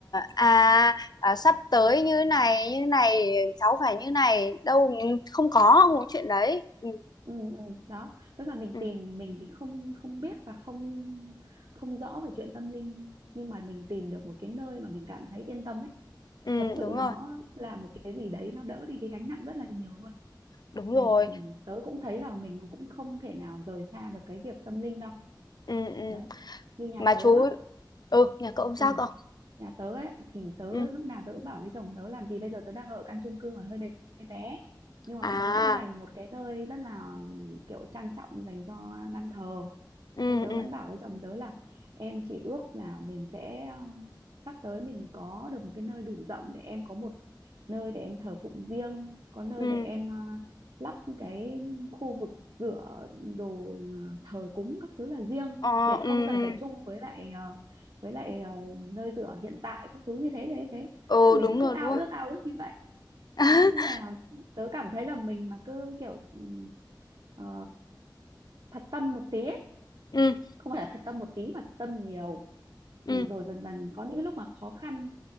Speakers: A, on the left (about 60°); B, on the right (about 75°).
A: à, à sắp tới như này như này cháu phải như này đâu không có không có chuyện đấy ừ,
B: ừ, ừ, đó tức là mình
A: ừ,
B: tìm mình thì không không biết và không không rõ về chuyện tâm linh nhưng mà mình tìm được một cái nơi mà mình cảm thấy yên tâm ấy
A: ừ
B: thật sự
A: đúng rồi
B: nó là một cái gì đấy nó đỡ đi cái gánh nặng rất là nhiều luôn
A: đúng
B: làm
A: rồi
B: tớ cũng thấy là mình cũng không thể nào rời xa được cái việc tâm linh đâu
A: ừ, ừ.
B: đấy như nhà
A: mà
B: tớ
A: chú
B: á
A: ừ nhà cậu sao
B: ừ,
A: cậu
B: nhà tớ ấy thì tớ
A: ừ
B: lúc nào tớ cũng bảo với chồng tớ làm vì bây giờ tớ đang ở căn chung cư mà hơi bé bé nhưng mà
A: à
B: bọn tớ cũng dành một cái nơi rất là kiểu trang trọng dành cho ban thờ
A: ừ
B: thế tớ
A: ừ
B: vẫn bảo với chồng tớ là em chỉ ước là mình sẽ ờ, sắp tới mình có được một cái nơi đủ rộng để em có một nơi để em thờ phụng riêng có nơi
A: ừ
B: để em ờ, lắp cái khu vực rửa đồ ờ, thờ cúng các thứ là riêng
A: ờ
B: để
A: ừ
B: không cần
A: ừ
B: phải chung với lại ờ, với lại ờ, nơi rửa hiện tại các thứ như thế thế thế
A: ừ
B: tức là mình
A: đúng
B: cứ
A: rồi
B: ao
A: đúng rồi
B: ước ao ước như vậy
A: <laughs>
B: thế nhưng mà tớ cảm thấy là mình mà cứ kiểu ừ, ờ, thật tâm một tí ấy,
A: ừ
B: không phải là thật tâm một tí mà thật tâm nhiều
A: ừ
B: thì rồi dần dần có những lúc mà khó khăn